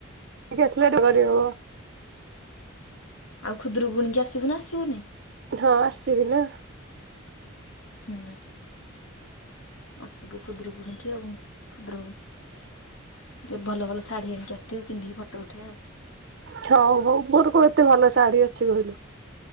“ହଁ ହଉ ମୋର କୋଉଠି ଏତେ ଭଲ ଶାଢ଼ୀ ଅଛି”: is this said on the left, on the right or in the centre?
Right